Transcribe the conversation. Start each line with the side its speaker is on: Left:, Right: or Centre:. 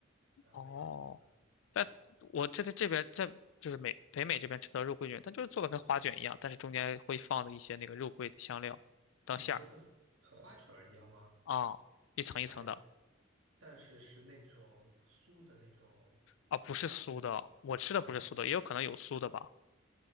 Right: 就还蛮有意思的。
Left: 哦，
Right: 对，
Left: 但我这在这边在就是美北美这边吃的肉桂卷，它就是做的跟花卷一样，但是中间会放的一些那个肉桂的香料当馅儿
Right: 哎，你说个和花卷儿一样吗？
Left: 啊，一层一层的
Right: 是白，但是是那种酥的那种，
Left: 啊，不是酥的，
Right: 像
Left: 我吃的不是酥的，
Right: 啊，
Left: 也有可能有酥的吧。